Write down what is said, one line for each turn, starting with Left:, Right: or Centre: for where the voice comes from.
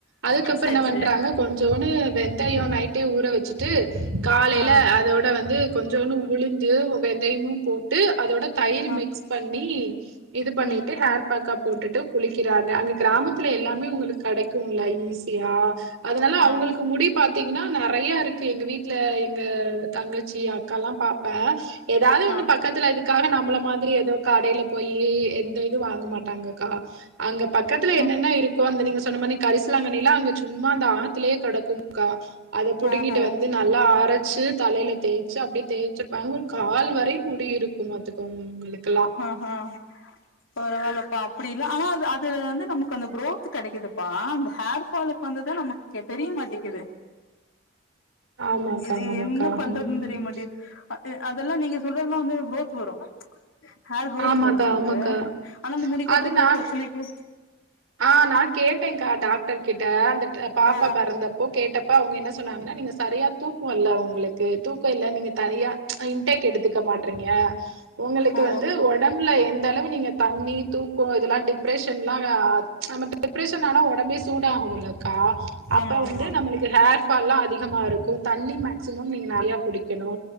Right: அதுக்கப்பற
Left: செரி
Right: என்ன பண்றாங்க
Left: செரி
Right: கொஞ்சோனு வெந்தய நைட்டே ஊற வச்சுட் ட்டு காலைல
Left: ஆ
Right: அதோட வந்து கொஞ்சோனு உளுந்து வெந்தயமு போட்டு அதோட தயிரு
Left: ஆ
Right: மிக்ஸ் பண்ணி இது பண்ணிட்டு
Left: ம்
Right: ஹேர் பேக்கப் போட்டுட்டு குளிக்கிறாங்க அங்க கிராமத்துல எல்லாமே உங்களுக்கு கெடைக்குல்ல ஈஸியா அதுனால அவ்ங்களுக்கு
Left: ஆ
Right: முடி பாத்தீங்கனா நெறையா இருக்கு எங்க வீட்ல எங்க தங்கச்சி அக்காலா பாப்பா எதாவ்து ஒன்னு
Left: ஆ
Right: பக்கத்துல அதுக்காக நம்மள மாதிரி எதோ கடைல போயி எந்த இது வாங்க மாட்டாங்கக்கா அங்க பக்கத்துல
Left: ம்
Right: என்னென்ன இருக்கோ அந்த நீங்க சொன்ன மானி கரிசுலாங்கண்ணிலா அங்க சும்மா அந்த ஆத்துலே கெடக்கும்க்கா அத புடுங்கிட்டு
Left: ஓஹோ
Right: வந்து நல்லா அரைச்சு தலைல தேய்ச்சு அப்டியே தேய்ச்சிருப்பாங்க கால் வரயு முடி இருக் கு பாத்துகோங்க இவுங்களுக்குலா
Left: ஆ பரவால்லப்பா அப்டி இல்ல ஆனா அது அது வந்து நமக்கு அந்த குரோத்து கெடைக்குதுப்பா அந்த ஹேர் ஃபாலுக்கு வந்துதா நமக்கு தெ தெரிய மாட்டிக்குது
Right: <inaudible> ஆமாக்கா,
Left: இது
Right: ஆமாக்கா.
Left: என்ன பண்றதுன்
Right: ம்.
Left: தெரிய மாட்டி அ எ அதெல்லா நீங்க சொல்றதுலா வந்து குரோத் வரு ஹேர் குரோத்
Right: ஆமாக்கா,
Left: வரு நமக்கு
Right: ஆமாக்கா.
Left: ஆனா இந்த முடி கொட்றக்கு
Right: அது நான்
Left: பிரச்சனைக்கு
Right: ஆ நா கேட்டேக்கா டாக்டர் கிட்ட அந்த க பாப்பா
Left: ஓ
Right: பெறந்தப்போ கேட்டப் ப அவுங்க என்ன சொன்னாங்கனா நீங்க சரியா தூக்கோ இல்ல உங்களுக்கு தூக்கோ இல்ல நீங்க தனியா அ இன்டேக் எடுத்துக்க மாட்றீங்க ஒங்களுக்கு
Left: ஓ
Right: வந்து ஒடம்புல எந்தளவு நீங்க தண்ணி தூக்கோ இதெல்லா டிப்ரெஷன்லா வா நம்ம டிப்ரெஷன் ஆனா ஒடம்பே சூட ஆகுதுல்லக்கா அப்ப
Left: ஆமா
Right: வந்து
Left: ஆமா
Right: நம்மளுக் க்கு ஹேர் ஃபால்லா அதிகமா இருக்கு தண்ணி மேக்சிமம் நீங்க நெறையா குடிக்கணு